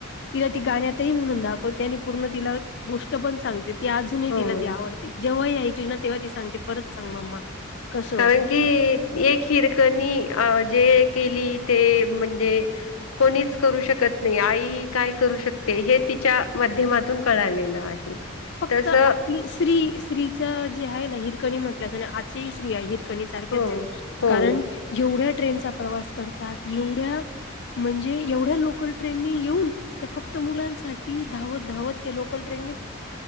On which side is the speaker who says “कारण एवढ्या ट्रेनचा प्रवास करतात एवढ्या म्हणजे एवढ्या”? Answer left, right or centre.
Left